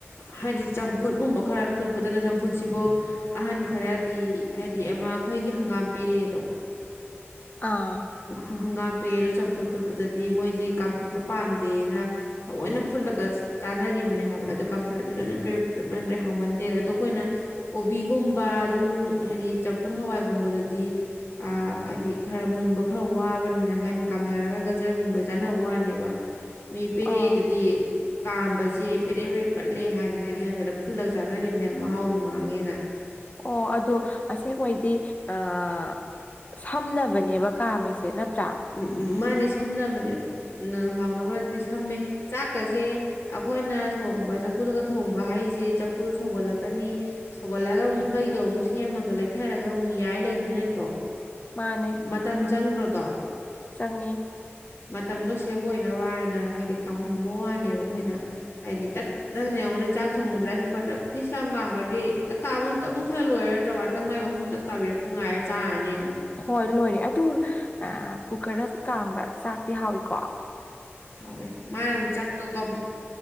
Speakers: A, on the left; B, on the left.
A: ꯍꯥꯏꯗꯤ ꯆꯝꯐꯨꯠꯀꯨꯝꯕ ꯈꯔ ꯐꯨꯠꯄꯗꯅ ꯆꯝꯐꯨꯠꯁꯤꯐꯧ ꯑꯍꯟ ꯈꯔꯗꯤ ꯍꯥꯏꯗꯤ ꯑꯃ ꯑꯩꯈꯣꯏꯒꯤ ꯍꯪꯒꯥꯝ ꯄꯦꯔꯛꯑꯦꯗꯣ
B: ꯑꯥ
A: ꯍꯪꯒꯥꯝ ꯄꯦꯑꯦ ꯑꯗꯣ ꯆꯝꯐꯨꯠ ꯐꯨꯠꯄꯗꯗꯤ ꯃꯣꯏꯗꯤ ꯀꯥꯝꯊꯠꯄ ꯄꯥꯝꯗꯦꯅ ꯊꯑꯣꯏꯅ ꯐꯨꯠꯂꯒ ꯆꯥꯅꯔꯤꯕꯅꯦ ꯍꯥꯏꯕ ꯑꯗꯣ ꯀꯥꯝꯊꯠꯂꯗꯤ ꯂꯣꯏꯅ ꯄꯦꯃꯟꯈ꯭ꯔꯦ ꯍꯥꯎꯃꯟꯗꯦꯅ ꯑꯗꯣ ꯑꯩꯈꯣꯏꯅ ꯀꯣꯕꯤꯒꯨꯝꯕ ꯑꯗꯨꯝ ꯍꯥꯏꯗꯤ ꯆꯝꯐꯨꯠ ꯍꯋꯥꯏꯒꯨꯝꯕꯗꯨꯗꯤ ꯍꯥꯏꯗꯤ ꯑꯥ ꯈꯔ ꯃꯨꯟꯕ ꯈꯔ ꯋꯥꯕꯅꯤꯅ ꯍꯥꯏꯅ ꯀꯥꯝꯅꯔꯒ ꯒꯖꯔꯒꯨꯝꯕꯩ ꯆꯥꯅꯕ ꯋꯥꯅꯦꯕ꯫ ꯃꯤ ꯄꯤꯔꯦꯗꯨꯗꯤ
B: ꯑꯥ
A: ꯀꯥꯝꯕꯁꯦ ꯕꯦꯔꯦ-ꯕꯦꯔꯦ ꯄꯠꯂꯦ ꯍꯥꯏꯅ ꯍꯥꯏ ꯍꯥꯏꯅꯗꯅ ꯐꯨꯠꯂꯒ ꯆꯥꯅꯔꯤꯕꯅꯦ ꯃꯍꯥꯎꯁꯨ ꯃꯥꯡꯉꯦꯅ꯫
B: ꯑꯣ ꯑꯗꯣ ꯑꯁꯦꯡꯕꯩꯗꯤ ꯑꯥ ꯁꯝꯅꯕꯅꯦꯕ ꯀꯥꯝꯃꯤꯁꯦ ꯅꯠ
A: ꯎꯝ ꯃꯥꯅꯦ ꯁꯝꯅꯕꯅꯦ ꯅ ꯍꯥꯎꯅꯕ ꯅꯠꯇꯦ ꯁꯝꯃꯦ ꯆꯥꯛꯀꯁꯦ ꯑꯩꯈꯣꯏꯅ ꯊꯣꯡꯕ ꯆꯐꯨꯗꯒ ꯊꯣꯡꯕ ꯍꯥꯏꯁꯦ ꯆꯐꯨ ꯁꯧꯒꯠꯂꯛꯀꯅꯤ ꯁꯧꯒꯠꯂꯒ ꯑꯃꯨꯛ ꯃꯩꯗꯣ ꯑꯃꯨꯛ ꯁꯦꯝꯃꯒ ꯂꯩꯊꯔꯒ ꯑꯃꯨꯛ ꯌꯥꯏ ꯂꯩꯗꫭꯏ ꯅꯠꯇ꯭ꯔꯣ꯫
B: ꯃꯥꯅꯦ
A: ꯃꯇꯝ ꯆꯪꯗ꯭ꯔꫭ꯫ ꯗꫭ
B: ꯆꯪꯉꯤ꯫
A: ꯃꯇꯝꯗꯣ ꯁꯦꯐ ꯑꯣꯏꯅꯕ ꯍꯥꯏꯅ ꯍꯥꯏꯗꯤ ꯀꯥꯝꯍꯟꯕ ꯋꯥꯅꯦꯕ ꯑꯩꯈꯣꯏꯅ ꯍꯥꯏꯗꯤ ꯇꯛ ꯅꯪꯪꯅ ꯌꯦꯡꯉꯨꯅꯦ ꯆꯥꯛ ꯊꯣꯡꯎꯗ꯭ꯔꯥ ꯀꯨꯀꯔꯗ ꯐꯤꯁ ꯂꯥꯎ ꯀꯥꯝꯒ꯭ꯔꯗꯤ ꯇꯛ ꯀꯥꯝ ꯇꯛ ꯃꯨꯊꯠꯂ ꯂꯣꯏꯔꯗ꯭ꯔꯣ ꯉꯥꯛꯇꯪ ꯃꯥꯏ ꯃꯈꯨꯝꯗꫭ ꯇꯛ ꯇꯥꯕꯤꯔꯛ ꯄꯨ ꯉꯥꯏꯔ ꯆꯥꯔꯅꯤ ꯌꯦꯡꯉꯨ꯫
B: ꯍꯣꯏ ꯂꯣꯏꯔꯦ ꯑꯗꯨ ꯑꯥ ꯀꯨꯀꯔꯗ ꯀꯥꯝꯕ ꯆꯥꯛꯇꯤ ꯍꯥꯎꯏꯀꯣ꯫
A: ꯍꯥꯎꯋꯦ ꯃꯥꯅ ꯑꯃꯨꯛ ꯆꯥꯛꯇꯣ ꯀꯝ